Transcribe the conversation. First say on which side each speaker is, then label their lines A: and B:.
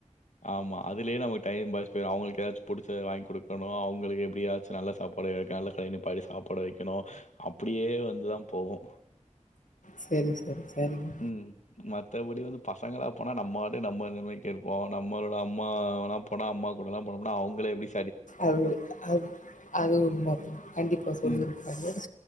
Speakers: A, on the left; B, on the left.
A: ஆமா அதுலயே நமக்கு டைம் பாஸ் போயிரு அவுங்களுக்கு எதாச்சு புடிச்சத வாங்கி குடுக்கணு அவுங்களுக்கு எப்டியாச்சு நல்ல சாப்பாடு கால்ல ட்ரைன் நிப்பாட்டி சாப்பாடு வைக்கணு அப்டியே வந்துதா போகு
B: செரி செரி செரிங்
A: ம். மத்தபடி வந்து பசங்களா போனா நம்ம வாட்டு நம்ம நிம்மதிக்கிருப் போ நம்மளோட அம்மாலா போனா அம்மா கூடலா போனம்னா அவ்ங்களே எப்டி
B: அது அ அது உண்ம கண்டிப்பா சொல்லிருக்காங்க
A: ம்.